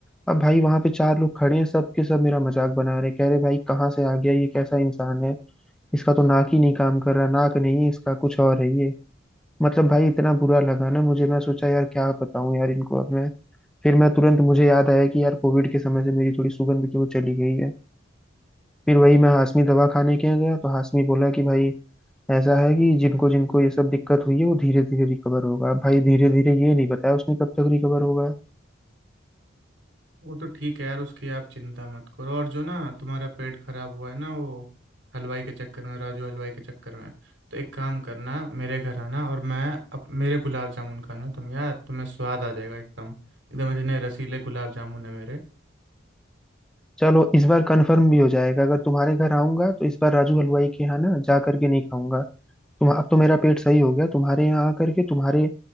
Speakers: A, in the centre; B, on the right.
A: अब भाई वहां पे चार लोग खड़े हैं सब के सब मेरा मजाक बना रहे कह रहे भाई कहाँ से आ गया ये कैसा इंसान है इसका तो नाक ही नहीं काम कर रहा नाक नहीं है इसका कुछ और है ये मतलब भाई इतना बुरा लगा ना मुझे मैं सोचा यार क्या बताऊं यार इनको अब मैं फिर मैं तुरंत मुझे याद आया कि यार कोविड के समय से मेरी थोड़ी सुगंध की वो चली गई है फिर वही मैं हाशमी दवा खाने के यहाँ गया तो हाशमी बोला कि भाई ऐसा है कि जिनको जिनको ये सब दिक्कत हुई है वो धीरे धीरे रिकवर होगा अब भाई धीरे धीरे ये नहीं बताया उसने कब तक रिकवर होगा
B: वो तो ठीक है यार उसकी आप चिंता मत करो और जो ना तुम्हारा पेट खराब हुआ है ना वो हलवाई के चक्कर में राजू हलवाई के चक्कर में तो एक काम करना मेरे घर आना और मैं अब मेरे गुलाब जामुन खाना तुम यार तुम्हें स्वाद आ जाएगा एकदम एकदम इतने रसीले गुलाब जामुन है मेरे
A: चलो इस बार कंफर्म भी हो जाएगा अगर तुम्हारे घर आऊंगा तो इस बार राजू हलवाई के यहाँ ना जा करके नहीं खाऊंगा तुम अब तो मेरा पेट सही हो गया तुम्हारे यहाँ आ करके तुम्हारे